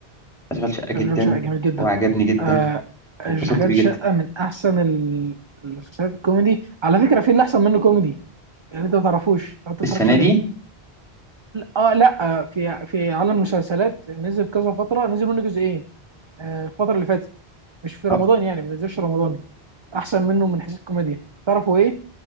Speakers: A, in the centre; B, on the right.
A: أشغال شقة جدا
B: اشغال شقه جميل جدا
A: وعجبني جدا
B: آه اشغال
A: واتبسطت بيه جدا
B: شقه من احسن ال- المسلسلات الكوميدي على فكره في اللي احسن منه كوميدي يعني انت ما تعرفوش لو انت ما
A: السنة
B: تتفرجش عليه
A: دي
B: اه لا آه، في في عالم المسلسلات نزل كذا فتره نزل منه جزئين آه، الفتره اللي فاتت مش في رمضان
A: أه،
B: يعني ما نزلش رمضان احسن منه من حيث الكوميديا تعرفوا ايه